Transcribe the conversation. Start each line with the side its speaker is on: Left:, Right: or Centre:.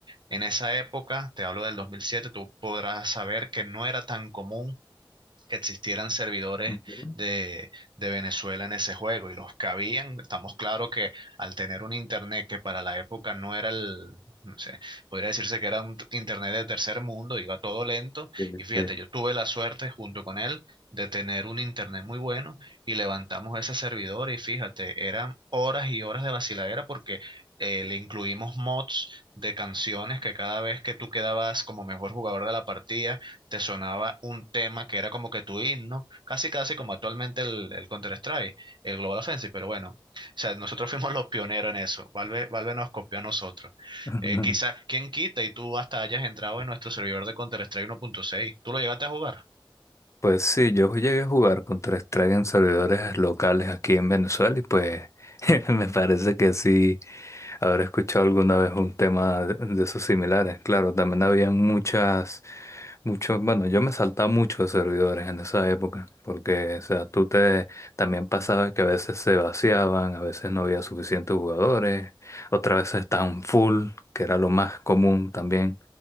Right: En esa época, te hablo del 2007, tú podrás saber que no era tan común que existieran servidores
Left: ujú.
Right: de, de Venezuela en ese juego y los que habían Estamos claro que al tener un internet que para la época no era el, no sé, podría decirse que era un t- internet de tercer mundo, iba todo lento.
Left: Sí,
Right: Y fíjate,
Left: sí.
Right: yo tuve la suerte junto con él de tener un internet muy bueno y levantamos ese servidor y fíjate, eran horas y horas de vaciladera porque eh, le incluimos mods de canciones que cada vez que tú quedabas como mejor jugador de la partida, te sonaba un tema que era como que tu himno, casi casi como actualmente el, el Counter-Strike, el Global Offensive, pero bueno, o sea, nosotros <laughs> fuimos los pioneros en eso, Valve, Valve nos copió a nosotros.
Left: <laughs>
Right: Eh, quizá, ¿quién quita y tú hasta hayas entrado en nuestro servidor de Counter-Strike 1.6? ¿Tú lo llegaste a jugar?
Left: Pues sí, yo llegué a jugar contra strike en servidores locales aquí en Venezuela y pues <laughs> me parece que sí habré escuchado alguna vez un tema de, de esos similares. Claro, también habían muchas, muchos, bueno, yo me saltaba muchos servidores en esa época porque, o sea, tú te, también pasaba que a veces se vaciaban, a veces no había suficientes jugadores, otras veces estaban full, que era lo más común también,